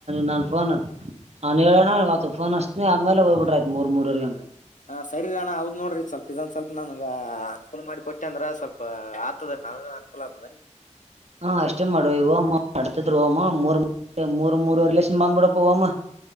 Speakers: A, on the right; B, on the left.
A: ನನ್ ಫೋನ್ ನಾನನ್ ಹೇಳಣ ಇವತ್ತು ಫೋನ್ ಅಸ್ತನ ಆಮೇಲೆ ಹೋಗ್ಬ ಬಿ್ರ ಆಯತ್ ಮೂರ್ ಮೂರವರ್ಗ ಹಂಗಗೆ
B: ಹಾ ಸರಿರಣ್ಣ ಹೌದ್ ನೋಡ್ರಿ ಸ್ವಲ್ಪ ಇದೊಂದು ಸ್ವಲ್ಪ ನನ್ಗ ಅನುಕೂಲ ಮಾಡಿ ಕೊಟ್ಟೆ ಅಂದ್ರ ಸ್ವಲ್ಪ ಆತದ ನಾವ್ ಅನುಕೂಲ ಆಗ್ತದೆ ಹಂಗಗೆ
A: ಹಾ ಅಷ್ಟೇ ಮಾಡ್ವ ಇವ ಅಮ್ಮ ಅಡ್ತದ್ಮಮೂರ್ ಮೂರ್ ಮೂರರಿಲೇಷನ್ ಬಂದ್ಬಿಡಪ್ಪ ಅಮ್ಮ